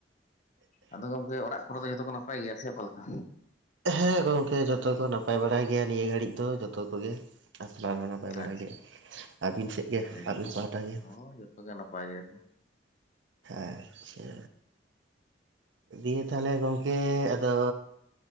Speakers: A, on the left; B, on the right.
A: ᱟᱫᱚ ᱜᱚᱝᱠᱮ ᱚᱲᱟᱜ <unintelligible> ᱡᱚᱛᱚ ᱠᱚ ᱱᱟᱯᱟᱭ ᱜᱮᱭᱟ ᱥᱮ ᱚᱠᱟ ᱞᱮᱠᱟ?
B: ᱦᱮᱸ ᱜᱚᱝᱠᱮ ᱡᱚᱛᱚ ᱠᱚ ᱱᱟᱯᱟᱭ ᱵᱟᱲᱟᱭ ᱜᱮᱭᱟ ᱱᱤᱭᱟᱹ ᱜᱷᱟᱹᱲᱤᱡ ᱫᱚ ᱡᱚᱛᱚ ᱠᱚᱜᱮ <unintelligible> ᱱᱟᱯᱟᱭ ᱵᱟᱲᱟᱭ
A: ᱟᱪᱪᱷᱟ
B: ᱜᱮᱭᱟ ᱟᱹᱵᱤᱱ ᱥᱮᱫ ᱜᱮ
A: ᱟᱹᱰᱤ ᱱᱟᱯᱟᱭ
B: ᱟᱵᱤᱱ ᱯᱟᱦᱚᱸᱴᱟ ᱜᱮ᱾
A: ᱦᱳᱭ ᱡᱚᱛᱚ ᱜᱮ ᱱᱟᱯᱟᱭ ᱜᱮᱭᱟᱠᱚ
B: ᱟᱪᱪᱷᱟ, ᱫᱤᱭᱮ ᱛᱟᱦᱚᱸᱞᱮ ᱜᱚᱝᱠᱮ ᱟᱫᱚ,